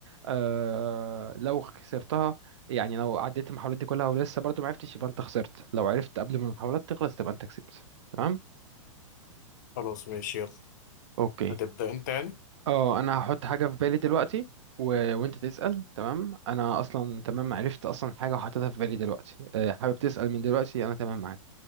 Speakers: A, on the right; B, on the left.
A: آه، لو خسرتها يعني لو عديت المحاولات دي كلها ولسه برضو معرفتش يبقى أنت خسرت لو عرفت قبل ما المحاولات تخلص تبقى أنت كسبت تمام؟
B: خلاص ماشي يلا
A: اوكي
B: هتبدأ انت يعني
A: اه انا هحط حاجه في بالي دلوقتي و... وانت تسال تمام انا اصلا تمام عرفت اصلا حاجه وحطيتها في بالي دلوقتي أه حابب تسال من دلوقتي انا تمام معاك